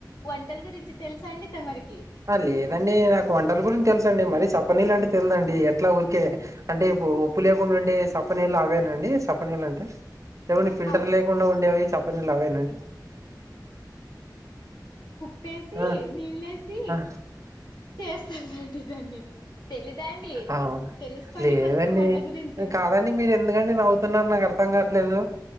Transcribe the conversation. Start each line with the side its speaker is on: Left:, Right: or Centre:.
Left: వంటల గురించి తెలుసా అండి తమరికి
Right: ఆ లేదండి నాకు వంటల గురించి తెలుసు అండి మరి సప్పనీళ్లు అంటే తెలిదండి ఎట్లా ఊరికే అంటే ఇప్పు ఉప్పు లేకుండా ఉండే సప్పనీళ్ళు అవేనండి సపని నీళ్లంటే లేకుంటె ఫిల్టర్
Left: అవి
Right: లేకుండా ఉండేవి చప్పనీలు అవేనాండి
Left: ప్పేసి
Right: ఆ
Left: నీళ్ళసి
Right: ఆ
Left: చేస్తారండి దాన్ని తెలీదా అండి
Right: అవు
Left: తెలుసుకోండి
Right: లేదండి
Left: కొంచెం వంట గురించి
Right: కాదండి మీరు ఎందుకండి నవ్వుతున్నారు నాకు అర్థంగా ట్లేదు